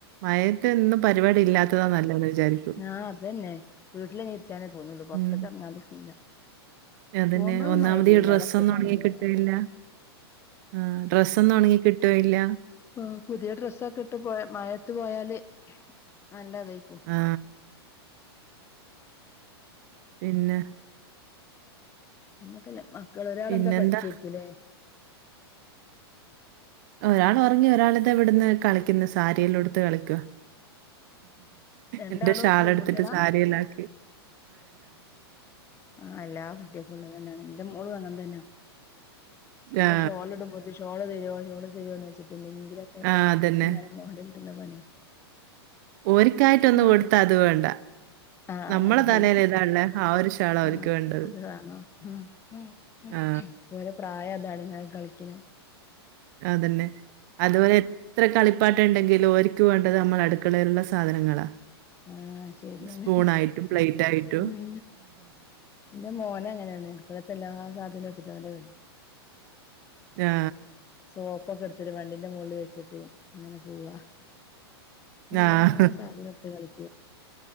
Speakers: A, on the right; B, on the left.
A: മയത്തെന്നും പരിപാടി ഇല്ലാത്തതാ ന്നല്ലന്ന് വിജാരിക്കു
B: ആഹ് അതന്നെ വീട്ടിലിങ്ങനെ ഇരിക്കാനെ തോന്നുള്ളൂ പൊർത്ത്ക്ക്
A: ഉം.
B: എറങ്ങാൻ തോന്നൂല.
A: അതന്നെ
B: പോകുമ്പോഴൊന്നും
A: ഒന്നാമത്
B: മഴയില്ലേനി
A: ഈ ഡ്രസ്സൊന്നും
B: അവിടെ എത്തിയപ്പോ
A: ഒണങ്ങി
B: നല്ല
A: കിട്ടണില്ല
B: മഴ
A: ആഹ് ഡ്രസ്സ് ഒന്നും ഒണങ്ങി കിട്ടുവേം ഇല്ല
B: ഉം പുതിയ ഡ്രസ്സൊക്കെ ഇട്ട് പോയാ മഴയത്ത് പോയാല് നല്ലതേക്കും
A: ആ. പിന്നെ
B: പിന്നെക്കെല്ലേ മക്കള് ഒരാളെന്താ
A: പിന്നെന്താ
B: പഠിക്കായിരിക്കുലേ?
A: ഒരാള് ഒറങ്ങി ഒരാളിതാ ഇവിടുന്ന് കളിക്കുന്നു സാരിയെല്ലാം ഉടുത്ത് കളിക്കുവാ
B: രണ്ടാളും
A: എന്റെ ഷാള്
B: പെൺകുട്ടികളാ
A: എടുത്തിട്ട് സാരിയെല്ലാം ആക്കി
B: ആഹ് എല്ലാ കുട്ടിയക്കും ഉള്ളത് തന്നാണ് ഇന്റെ മോളും അങ്ങനെ തന്നാ ഇങ്ങൾ
A: ആ.
B: ഷോള് ഇട്മ്പോ ഷോള് തരുവോ ഷോള് തരുവോ എന്ന് ചോദിച്ചിട്ട് എന്തെങ്കിലൊക്കെ
A: ആ അതന്നെ.
B: ഇങ്ങനെ മോഡലിടുന്ന പണിയാ.
A: ഓര്ക്കായ്ട്ടൊന്ന്
B: മാറ്
A: കൊട്ത്ത അത് വേണ്ട.
B: ആഹ്
A: നമ്മളെ
B: അത് ശരി
A: <unintelligible>
B: ആഹ്
A: വേണ്ടത്.
B: അത് കാണോ മ്ഹ് മ്ഹ്
A: ആ.
B: മ്ഹ് ഓര പ്രായം അതാണ് ഞാൻ കളിക്കണ്
A: അതന്നെ അതു പോലെ എത്ര കളിപ്പാട്ടണ്ടെങ്കിലും ഓരിക്കു വേണ്ടത് നമ്മള അടുക്കളേലുള്ള സാധനങ്ങളാ
B: ആഹ് ശരിയാണ്
A: സ്പൂണായിട്ടും പ്ലേറ്റായിട്ടും.
B: മ്ഹ് എന്റെ മോന് അങ്ങനാണ് അടുക്കളത്തെ എല്ലാ സാധനോം എടുത്തിട്ട അവന്റെ കളി
A: ആഹ്
B: സോപ്പൊക്കെ എടുത്തിട്ട് വണ്ടീന്റെ മൊകളിൽ വെച്ചിട്ട് ഇങ്ങനെ പോവാ എല്ലാ
A: ആഹ്.
B: സാധനോം എട്ത്ത് കളിക്കും